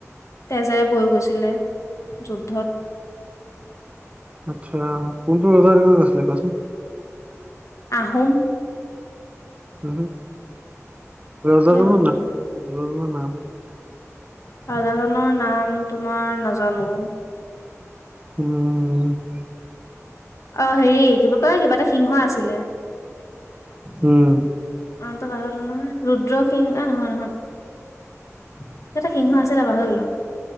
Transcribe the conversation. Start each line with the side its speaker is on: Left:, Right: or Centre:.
Left: তেজেৰে বৈ গৈছিলে যুদ্ধত।
Right: আচ্ছা কোনটো ৰজাৰ দিনত আছিলে কোৱাচোন?
Left: আহোম
Right: উমহু, ৰজাজনৰ
Left: কিয় আহোম
Right: নাম ৰজাজনৰ নাম
Left: ৰজাজনৰ নাম তোমাৰ নাজানো।
Right: <inaudible>
Left: অঁ হেৰি কি বুলি কয় কিবা এটা সিংহ আছিলে।
Right: উম।
Left: নামতো পাহৰিলো নহয়, ৰুদ্ৰ সিং এ নহয় নহয়। কিবা এটা সিংহ আছিলে পাহৰিলো।